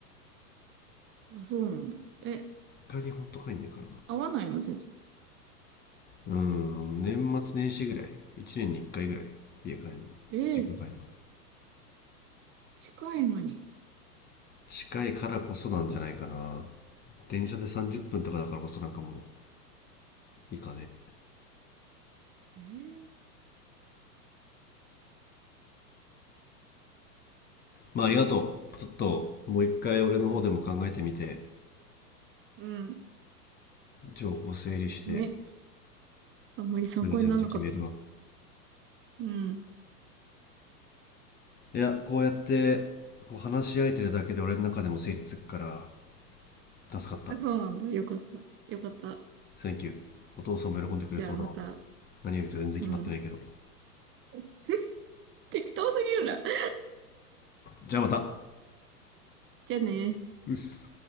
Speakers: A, on the right (about 25°); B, on the left (about 20°).
A: あ、そうなんだ。え、
B: 回にほんと帰んねえか
A: 合わないの全然。
B: らなうん年末年始ぐらい1年に1回ぐらい家帰んの
A: ええ
B: 実家帰んの
A: 近いのに。
B: 近いからこそなんじゃないかな電車で30分とかだからこそなんかもういいかね
A: ええ
B: まあありがとうちょっともう一回俺の方でも考えてみて
A: うん。うん。
B: 情報整理して
A: ね。あんまり参考にならなかったかも。
B: プレゼント決めるわ
A: うん。
B: いやこうやってこう話し合えてるだけで俺の中でも整理つくから助かった
A: あ、そうなんだ。よかった。よかった。
B: t ンキューお父さんも喜んでくれそうだわ
A: じゃあまた。
B: 何がいるか全然決まってないけど
A: うん。<laughs> 適当すぎるな。<laughs>
B: じゃあまた
A: じゃあね。
B: うっす